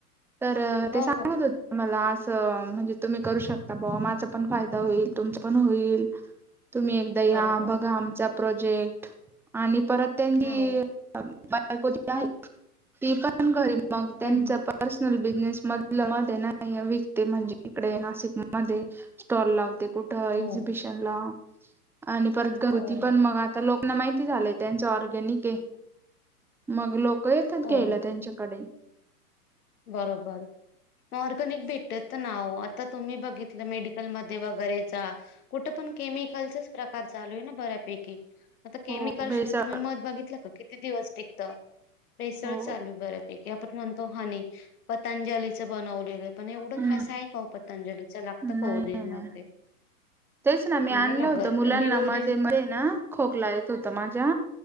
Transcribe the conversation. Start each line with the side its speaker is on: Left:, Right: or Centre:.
Centre: तर ते
Left: हो,
Centre: सांगत
Left: हो.
Centre: होते- मला असं म्हणजे तुम्ही करू शकता ब माझ पण फायदा होईल तुमच पण होईल. तुम्ही एकदा या
Left: बरोबर.
Centre: बघा आमचा प्रोजेक्ट आणि परत त्यांनी,
Left: हं, हो.
Centre: बायको आहे ती पण घरी मग त्यांच
Left: हं, हं.
Centre: पन. <unintelligible> पर्सनल बिझनेस मधलं मध्ये नाही विकते म्हणजे इकडे नाशिक मध्ये- स्टॉल लावते कुठ एक्झिबिशन
Left: हो.
Centre: ला आणि परत घरती
Left: हो, हो,
Centre: पण
Left: हो.
Centre: मग आ- तर लोकांना माहिती झालंय त्यांचं ऑर्गॅनिक आहे, मग लोक येतात
Left: हो,
Centre: घायला. त्यांच्याकडे
Left: बरोबर. मऑर्गनिक भेटत नाव आता तुम्ही बघितलं मेडिकलमध्येध्ये वगैरेचा, कुठं पण केमिकलचाच प्रकार चालू आहे ना बऱ्यांपैकी. आता केमिकल
Centre: हो भेसळ
Left: शिवाय तुम्ही मध बघितलं का किती दिवस टिकत भेसळ
Centre: हो
Left: चालू आहे बऱ्यापैकी. की आपण म्हणतो हानी पतंजलीच बनवलेलं. पण एवढं
Centre: हम्म
Left: खासं आहे का ओ पतंजलीचं लागतं
Centre: नाही
Left: का ओरिजिनल
Centre: नाही
Left: ते,
Centre: तेच ना मी आणलं
Left: नाही लागत
Centre: होतं मुलांना
Left: आणि
Centre: मध्ये
Left: ओरिजनल.
Centre: मध्ये ना खोकला येत होत माझ्या